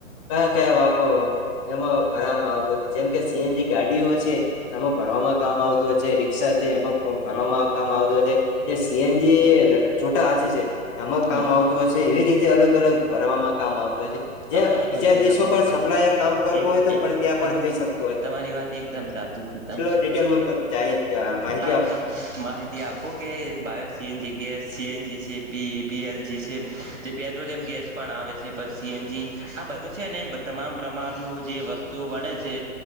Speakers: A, on the left (about 25°); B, on the right (about 65°).
A: કયા કયા વાહનોમાં જેમા ખરાબ આવતો જેમ કે સીએનજી ગાડીઓ છે એમાં ભરવામાં કામ આવતુ હોય છે રિક્ષા છે એમાં ભરવામાં કામ આવતુ હો છે સીએનજી છોટા હાથી છે આમાં કામ
B: હમ
A: આવતું હોય છે એવી રીતે અલગ અલગ ભરવામાં કામ આવતુ
B: હા
A: જેમ
B: બરોબર
A: બીજા
B: છે
A: દેશો
B: તમારી
A: પણ સપ્લાયર
B: વાત
A: કામ કરવું
B: એક
A: હોય તો
B: એક
A: પણ ત્યાં
B: તમા
A: પણ થઈ શકે.
B: તમારી વાત એકદમ સાચી છે તે
A: ડિટેલમાં માહિતી
B: હા
A: આપો
B: તમ માહિતી આપો. કે બાયો સીએનજીી કીટ સીએનજી છે પીએલજી છે જે પેટ્રોલિયમ ગેસ પણ આવે છે પછી સીનજી આ બધું છે ને તમામ પ્રમાણનું જે વસ્તુઓ બને છે